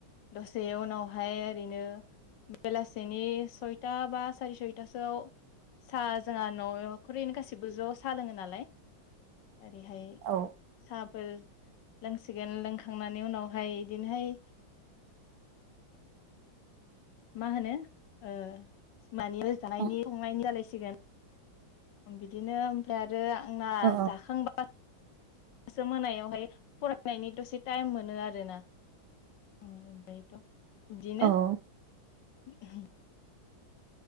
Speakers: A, on the left (about 70°); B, on the right (about 85°).
A: दसे उनावहाय ओरैनो बेलासेनि सयथा बा सारि सयथासोआव साहा जोंहा न'खरैनो गासिबो ज साहा लोङो नालाय। ओरैहाय
B: औ
A: साब फोर लोंसिगोन लोंखांनानै उनावहाय बिदिनोहाय मा होनो ओ मानि जानायनि
B: औ
A: संनायनि जालायसि सिगोन ओम बिदिनो ओमफ्राय आर रो आंना
B: औ
A: जाखांबा इसो मोनायावहाय फरायनायनि दसे टाइम मोनो आरोना ओम ओमफ्रायथ बिदिनो
B: औ
A: लांदां